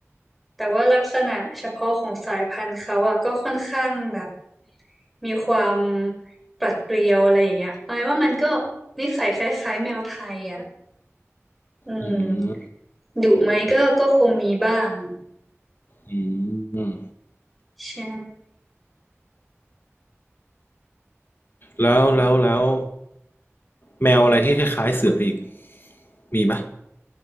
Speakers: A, in the centre; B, on the left (about 45°).
A: แต่ว่าลักษณะเฉพาะของสายพันธุ์เขาอ่ะก็ค่อนข้างแบบมีความปรัดเปรียวอะไรอย่างเงี้ยหมายว่ามันก็นิสัยคล้ายๆแมวไทยอ่ะอืมดุไหมก็ก็คงมีบ้าง
B: อืม อืม
A: ใช่
B: แล้วแล้วแล้วแมวอะไรที่คล้ายๆเสืออีกมีไหม